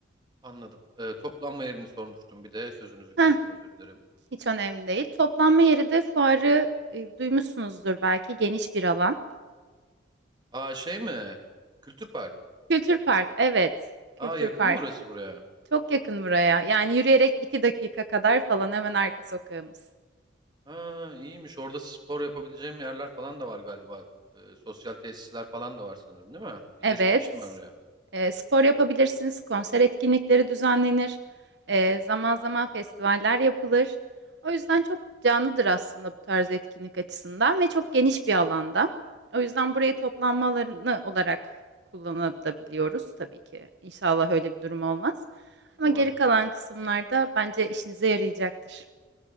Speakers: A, on the right; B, on the right.
A: Anladım. E, toplanma yerini sormuştum bir de. Sözünüzü kestim
B: Heh,
A: özür dilerim.
B: hiç önemli değil. Toplanma yeri de fuarı e, duymuşsunuzdur belki geniş bir alan.
A: Aa şey mi? Kültür Park.
B: Kültür Park, evet. Kültür
A: Aa yakın
B: Park.
A: mı orası buraya?
B: Çok yakın buraya. Yani yürüyerek iki dakika kadar falan hemen arka sokağımız.
A: Ha iyiymiş. Orada spor yapabileceğim yerler falan da var galiba. E, sosyal tesisler falan da var sanırım değil mi? Bir
B: Evet.
A: kez gitmiştim ben oraya.
B: E, spor yapabilirsiniz, konser etkinlikleri düzenlenir, e, zaman zaman festivaller yapılır. O yüzden çok canlıdır aslında bu tarz etkinlik açısından ve çok geniş bir alanda. O yüzden burayı toplanma alanı olarak kullanabiliyoruz tabii ki. İnşallah öyle bir durum olmaz. Ama
A: Umarım.
B: geri kalan kısımlarda bence işinize yarayacaktır.